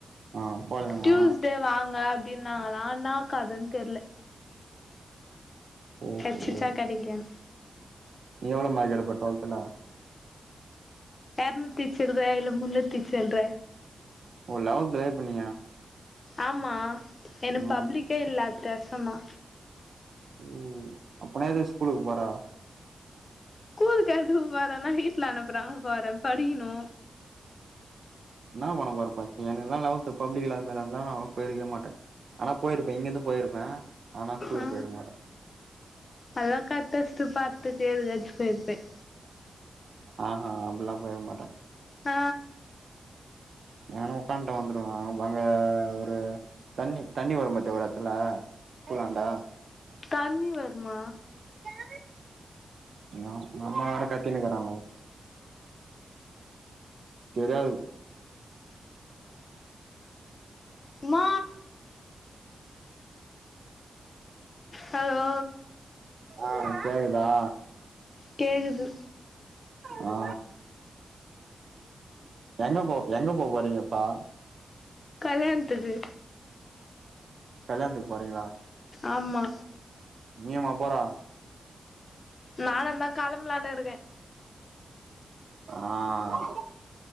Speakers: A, on the right; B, on the left.
A: ஆ போலாமா
B: டியூஸ்டே வாங்க அப்டி நாங்கலா என்னா கதன்னு தெர்ல
A: ஓஹோ
B: கெச்சிச்சா கெடைக்கலயானு
A: நீ எவ்ளோ மார்க் எடுப்ப டுவெல்த்துல
B: எரநூத்தி சீல்ற இல்ல முன்னூத்தி சில்ற
A: ஓ லெவல்த்ல இப்ப நீ
B: ஆமா எனக்கு
A: ம்
B: பப்ளிக்கே இல்ல அடுத்த வர்ஷந்தா
A: ஓ அப்பனா எதுக்கு ஸ்கூலுக்கு போற
B: கூலுக்கு அதுவும் போறன்னா வீட்ல அனுப்பறாங்க போறன் படிக்கணு
A: என்னா பண்ண போற படிச்சி எனக்கு எல்லா லெவத் பப்ளிக்ல இல்லாதனாலதா நா போயிருக்கவே மாட்ட ஆனா போயிருப்பன் இங்கிருந்து போயிருப்பன் ஆனா ஸ்கூலுக்கு
B: ஆ
A: போயிருக்க மாட்ட
B: அதா கட் அடிச்சிட்டு பாத்துக்கு ஏதாச்சு போயிருப்பன்
A: ஆஹா அப்பிடியெல்லா போயிருக்கமாட்ட
B: அ
A: வேணா உக்கான்ட்டு வந்துருவன் அங்க ஒரு தண்ணி தண்ணிவரும் பத்தியா ஒரு எடத்துல ஸ்கூலாண்டா
B: தண்ணி வறுமா
A: எங்க எங்க அம்மா வேற கத்தின்னு இருக்கறாங்கோ தெரியாது
B: மா ஹலோ
A: ஆ கேக்குதா
B: கேக்குது
A: ஆ எங்க போ எங்க போ போறீங்க இப்ப
B: கல்யாணத்துக்கு
A: கல்யாணத்துக்கு போறீங்களா
B: ஆமா
A: நீயுமா போற
B: நானுந்தா களம்பலான்னு இருக்கே
A: ஆ